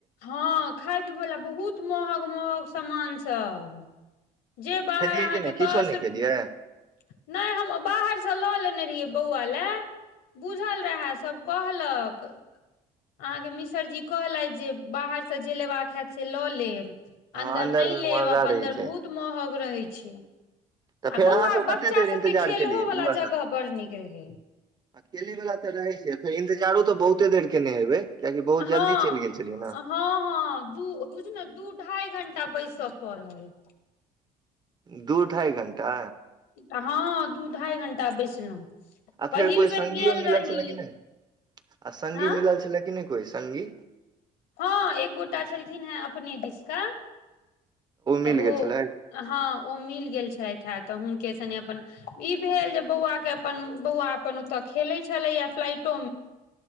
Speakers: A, on the left; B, on the right.
A: हँ खाय पियबै बला बहुत महंग महंग सामानसब जे
B: तऽ
A: बाहर
B: खेलियै
A: अहाँके
B: कि नहि
A: दस
B: किछो नहि
A: रूप
B: खेलियै
A: नहि हम बाहर से लऽ लेने रहियै बौआ ल बुझल रह सब कह लक अह मिसर जी कहल जे बाहर से जे लेबाक हयत से लऽ लेब
B: हँ
A: अन्दर नहि
B: मे
A: लेब
B: महंगा
A: अन्दर
B: रहै छै
A: बहुत महग रहै छै
B: तऽ
A: आ
B: फेर
A: बौआ
B: अहाँ सब
A: बच्चा
B: कते देर
A: सभके
B: इन्तजार
A: खेलहोवला
B: केलियै बौआ
A: जगह
B: साथे
A: बड़ नीक रहै
B: आ खेलै वला तऽ रहै छै फेर इंतजारो तऽ बहुते देर केने हेबै कियाकि बहुत
A: हँ
B: जल्दी चलि गेल छलियै ने
A: हँ हँ दू बुझ ने दू ढाइ घण्टा टा बयीस सपड़ल
B: दू ढाइ घण्टा
A: ऽ हँ दू ढाइ घंटा बैसलहुँ
B: आ
A: पहिल
B: फेर कोइ
A: बेर
B: संगी
A: गेल
B: मिलल
A: रही
B: छलै कि नहि आ संगी
A: हँ
B: मिलल छलैय कि नहि कोइ संगी
A: हँ एक गोटा छलखिन हेँ अपने दिश का तऽ
B: मिल गेल
A: ओ
B: छलै
A: हँ ओ मिल गेल छथि हैत तऽ हुनके सनि अपन ई भेल जे बौआ के अपन बौआ अपन ओतऽ खेले छलैय या फ्लाइटो